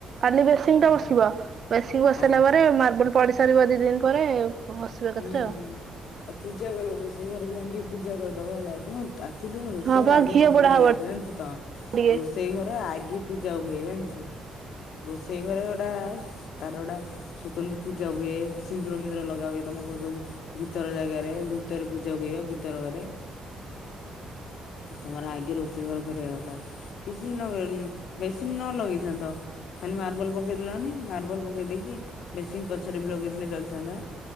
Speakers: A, on the right; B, on the left.
A: କାଲି ବେସିନ
B: ଓହୋ
A: ଟା ବସିବ ବେଶୀନ ବସ
B: ଓହୋ
A: ସାଇଲା ପରେ ମାର୍ବଲ ପଡି ସାରିବ ଦି ଦିନ ପରେ। ବସିବ ଏକାଥରେ
B: ହୁଁ ହୁଁ
A: ଆଉ
B: ହୁଁ ଆଉ ପୂଜା କରିବ ରୋଷେଇ ଘର ବି ମେନ ଟିକେ ପୂଜା କରିଦବ ହେଲା ତମ ଆକ୍ଚୁଲି ତମ ରୋଷେଇ
A: ହଁ
B: ଘର
A: ବା
B: ଆଗେ
A: ଘିଅ
B: କମ୍ପ୍ଲିଟ
A: ପୋଡା
B: କରିବା
A: ହବ
B: କଥା ଜାଣିଚୁ ତ।
A: ଟିକେ।
B: ରୋଷେଇ ଘରେ ଆଗେ ପୂଜା ହୁଏ ଜାଣିଛୁ। ରୋଷେଇ ଘରେ ଗୋଟା ତାର ଗୋଟା ସ୍ଵତନ୍ତ୍ର ପୂଜା ହୁଏ ସିନ୍ଦୁର ମିିନ୍ଦୁର ଲଗା ହୁଏ। ତମକୁ ଯୋଉ ଭିତର ଜାଗାରେ ଭିତରେ ପୂଜା ହୁଏ ଭିତର ଘରେ। ତମର ଆଗେ ରୋଷେଇ ଘର କରିବା କଥା କିଛି ନ କର ନ ବେସିନ ନ ଲଗେଇ ଥାନ୍ତ ଖାଲି ମାର୍ବଲ ପକେ ପକେଇଦେଲନି ମାର୍ବଲ ପକେଇ ଦେଇକି ବେଶୀନ ପଛରେ ବି ଲଗେଇଥିଲେ ଚଳିଥାନ୍ତା।